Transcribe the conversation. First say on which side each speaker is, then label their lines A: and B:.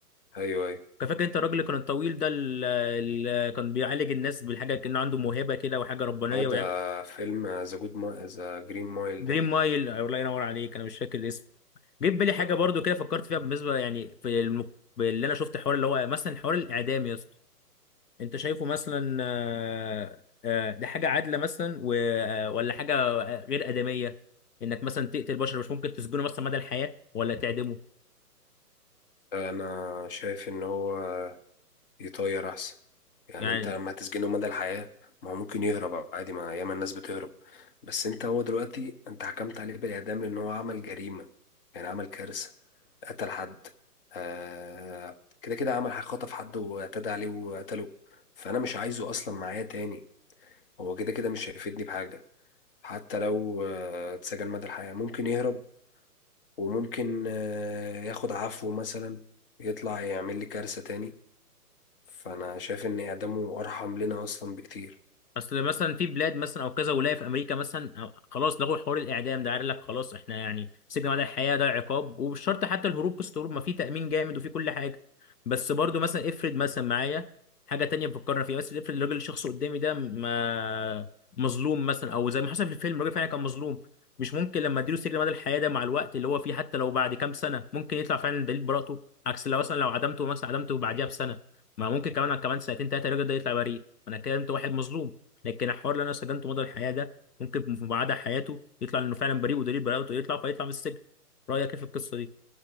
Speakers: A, on the left; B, on the left.
A: ايوه ايوه
B: كان فاكر انت الراجل اللي كان الطويل ده اللي كان بيعالج الناس بالحاجه كان عنده موهبه كده وحاجه ربانيه
A: اه ده
B: ويعني
A: فيلم ذا جود ما ذا جرين مايل
B: دريم
A: ده
B: مايل الله ينور عليك انا مش فاكر الاسم جه في بالي حاجه
A: آه.
B: برضو كده فكرت فيها بالنسبه يعني في الم... اللي انا شفت حوار اللي هو مثلا حوار الاعدام يا اسطى انت شايفه مثلا آه، آه، ده حاجه عادله مثلا و- آه، ولا حاجه غير ادميه انك مثلا تقتل بشر مش ممكن تسجنه مثلا مدى الحياه ولا تعدمه
A: انا شايف ان هو يطير احسن يعني
B: يعني
A: انت لما هتسجنه مدى الحياة ما هو ممكن يهرب عادي ما ياما الناس بتهرب بس انت هو دلوقتي انت حكمت عليه بالاعدام لان هو عمل جريمة يعني عمل كارثة قتل حد آه كده كده عمل حاجة خطف حد واعتدى عليه وقتله فانا مش عايزه اصلا معايا تاني هو كده كده مش هيفيدني بحاجة حتى لو آه، اتسجن مدى الحياة ممكن يهرب وممكن آه، ياخد عفو مثلا يطلع يعمل لي كارثة تاني فانا شايف ان اعدامه ارحم لنا اصلا بكتير
B: اصل مثلا في بلاد مثلا او كذا ولايه في امريكا مثلا آه، خلاص لغوا حوار الاعدام ده قال لك خلاص احنا يعني سجن مدى الحياه ده عقاب ومش شرط حتى الهروب قصه الهروب ما في تامين جامد وفي كل حاجه بس برضو مثلا افرض مثلا معايا حاجه تانية بفكرنا فيها بس افرض الراجل الشخص قدامي ده ما مظلوم مثلا او زي ما حصل في الفيلم الراجل فعلا كان مظلوم مش ممكن لما اديله سجن مدى الحياه ده مع الوقت اللي هو فيه حتى لو بعد كام سنه ممكن يطلع فعلا دليل براءته عكس لو مثلا لو عدمته مثلا عدمته بعديها بسنه ما ممكن كمان كمان سنتين ثلاثه الراجل ده يطلع بريء انا كده انت واحد مظلوم لكن الحوار اللي انا سجنته مدى الحياه ده ممكن في بعد حياته يطلع انه فعلا بريء ودليل براءته يطلع فيطلع من السجن رايك ايه في القصه دي